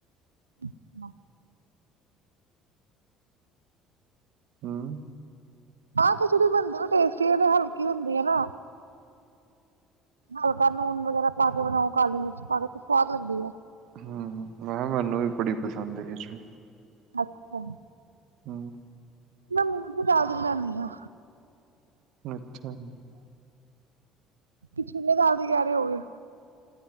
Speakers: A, on the right; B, on the right.
A: <unintelligible>
B: ਹਮ
A: ਆਹ ਖਿਚੜੀ ਬਣਦੀ ਵੀ ਟੇਸਟੀ ਹੈ ਨ। ਹਲਕੀ ਹੁੰਦੀ ਆ ਨਾ। ਹਲਕਾ ਲੂਨ ਵਗੈਰਾ ਪਾ ਕੇ ਬਣਾਓ, ਕਾਲੀ ਮਿਰਚ ਪਾ ਕੇ, ਤੇ ਸਵਾਦ ਲੱਗਦੀ ਆ।
B: ਹਮ, ਮੈਂ ਕਿਹਾ ਮੈਨੂੰ ਵੀ ਬੜੀ ਪਸੰਦ ਏ ਖਿਚੜੀ।
A: ਅੱਛਾ।
B: ਹਮ
A: ਮੈਂ ਮੂੰਗੀ ਦਾਲ ਦੀ ਬਣਾਉਦੀ ਹਾਂ।
B: ਅੱਛਾ ਜੀ।
A: ਤੁਸੀਂ ਛੋਲਿਆਂ ਦਾਲ ਦੀ ਕਹਿ ਰਹੇ ਹੋਵੋਗੇ?